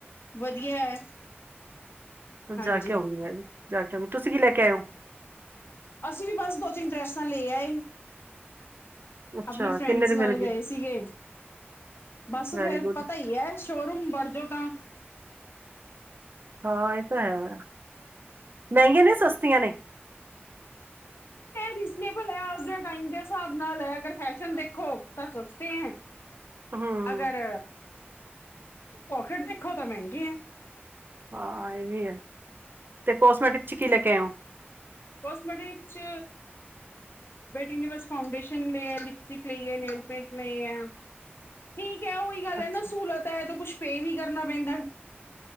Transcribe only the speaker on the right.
ਅੱ
ਜਾ ਕੇ ਆਉਂਗੀ ਮੈਂ ਵੀ, ਜਾ ਕੇ ਆਉਗੀ, ਤੁਸੀਂ ਕੀ ਲੈ ਕੇ ਆਇਓ
ਅੱਛਾ
ਕਿੰਨੇ ਦੇ
ਮਿਲ
ਵੈਰੀ
ਗੁੱਡ
ਹਾਂ ਇਹ ਤਾਂ ਹੈ, ਮਹਿੰਗੀਆਂ ਨੇ ਸਸਤੀਆਂ ਨੇ? <unintelligible>
ਹੂੰ
ਹਾਂ ਇਹ ਵੀ ਹੈ, ਤੇ ਕੋਸਮੈਟਿਕ ਚ ਕੀ ਲੈ ਕੇ ਆਇਓ
ਅੱਛਾ